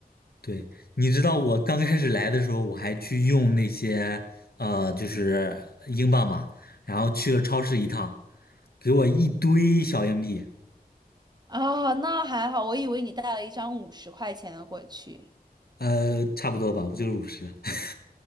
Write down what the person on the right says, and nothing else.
啊，那还好，我以为你带了一张五十块钱的过去，